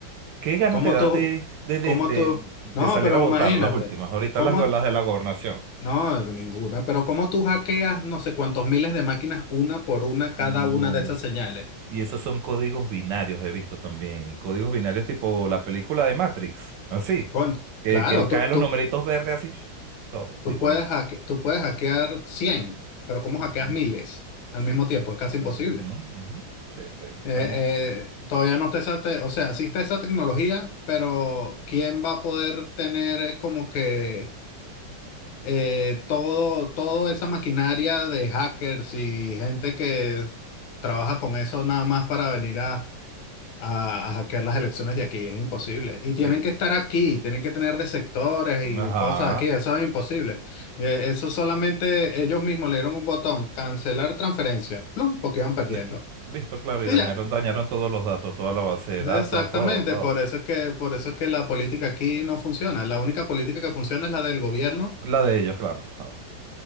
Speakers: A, on the right; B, on the left.
A: ¿qué ganas
B: ¿Cómo
A: te da
B: tú?
A: a ti de, de,
B: ¿Cómo
A: de,
B: tú?
A: de
B: No,
A: salir
B: pero
A: a votar
B: imagínate.
A: las últimas? Ahorita
B: ¿Cómo?
A: las, las de la gobernación.
B: No, ninguna. Pero ¿cómo tú hackeas no sé cuántos miles de máquinas una por una
A: No.
B: cada una de esas señales?
A: Y esos son códigos binarios, he visto también. Códigos binarios tipo la película de Matrix, así.
B: Con-
A: Que,
B: claro,
A: que
B: tú,
A: caen los
B: tú,
A: numeritos verdes así, chu- todos
B: tú
A: igualito
B: puedes hacke- tú puedes hackear 100, pero ¿cómo
A: Ujú,
B: hackeas miles al
A: Sí.
B: mismo tiempo? Es casi
A: Ujú,
B: imposible.
A: ujú. Sí, sí, estamos.
B: Eh, eh, todavía no está esa, te- o sea, existe esa tecnología, pero ¿quién va a poder tener eh, como que eh, todo, toda esa maquinaria de hackers y gente que trabaja con eso nada más para venir a, a, a hackear las elecciones de aquí? Es imposible. Y tienen
A: Sí.
B: que estar aquí, tienen que tener receptores y
A: Ajá.
B: cosas aquí, eso es imposible. Eh, eso solamente ellos mismos le dieron un botón, cancelar transferencia, plum, porque iban perdiendo.
A: Listo, listo, claro.
B: Y
A: Y dañaron,
B: ya.
A: dañaron todos los datos, toda la base de datos,
B: Exactamente,
A: todo, todo.
B: por eso es que, por eso es que la política aquí no funciona. La única política que funciona es la del gobierno,
A: La de ellos, claro. claro.